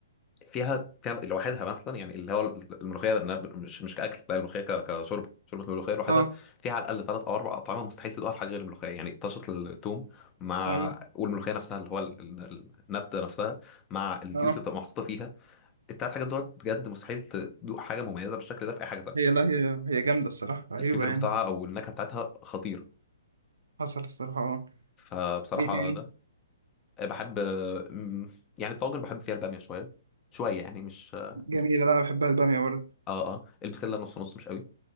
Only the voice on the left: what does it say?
فيها فيها لوحدها مثلا يعني اللي هو الملوخيه إنها مش مش كاكل لا الملوحيه كشرب شوربه الملوخيه لوحدها
فيها على الاقل ثلاث او اربع اطعمه مستحيل تدوقها في حاجه غير الملوخيه يعني طشه الثوم مع
والملوخيه نفسها اللي هو ال- ال- النبته نفسها مع الزيوت
اللي بتبقى محطوطه فيها التلات حاجات دول بجد مستحيل تدوق حاجه مميزه بالشكل ده في اي حاجه تانيه
الفليفر
بتاعها او النكهه بتاعتها خطيره
فبصراحه
ده بحب أم، يعني الطواجن بحب فيها الباميه شويه شويه يعني مش اه
اه البسله نص نص مش قوي